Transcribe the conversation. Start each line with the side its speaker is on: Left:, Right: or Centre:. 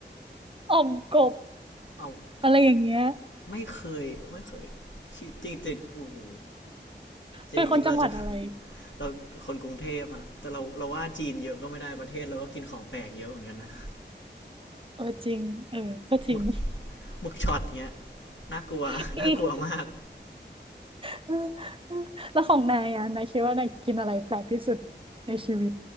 Right: อ่อมกบ
Left: เอา
Right: อะไรอย่างเงี้ย
Left: ไม่เคยไม่เคยจริงจริงโอ้โหจริงจริงๆเราจะ
Right: เป็นคนจังหวัดอะไร
Left: เราคนกรุงเทพฮะแต่เราเราว่าจีนเยอะก็ไม่ได้ประเทศเราก็กินของแปลกเยอะเหมือนกันนะ
Right: เออจริงเออก็จริง
Left: หมึกหมึกช็อตเงี้ยน่ากลัวน่ากลัวมาก
Right: <laughs> อีกเออเออแล้วของนายอ่ะนายคิดว่านายกินอะไรแปลกที่สุดในชีวิต